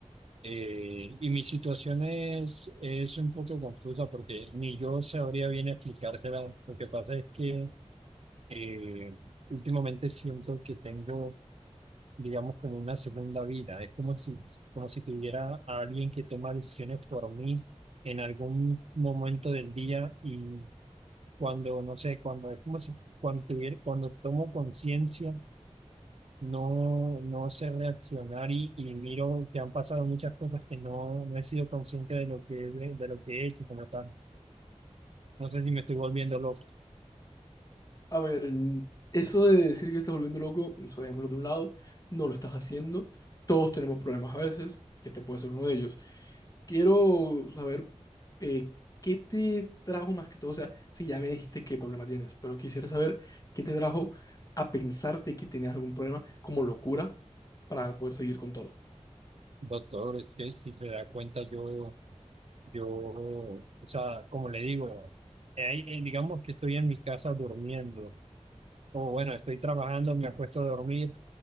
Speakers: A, on the right; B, on the left.
A: Eh, y mi situación es, es un poco confusa porque ni yo sabría bien explicársela. Lo que pasa es que eh, últimamente siento que tengo, digamos, como una segunda vida. Es como si, como si tuviera a alguien que toma decisiones por mí en algún momento del día y cuando, no sé, cuando es como si- cuando tuviera, cuando tomo conciencia, no, no sé reaccionar y, y miro que han pasado muchas cosas que no, no he sido consciente de lo que, de, de lo que he hecho como tal. No sé si me estoy volviendo loco.
B: A ver, n- eso de decir que estás volviendo loco, eso dejémoslo de un lado, no lo estás haciendo. Todos tenemos problemas a veces, y este puede ser uno de ellos. Quiero saber eh, qué te trajo más que todo, o sea, si ya me dijiste qué problema tienes, pero quisiera saber qué te trajo a pensarte que tenías algún problema como locura para poder seguir con todo.
A: Doctor, es que si se da cuenta, yo, yo, o sea, como le digo, eh, eh, digamos que estoy en mi casa durmiendo, o bueno, estoy trabajando, me acuesto a dormir,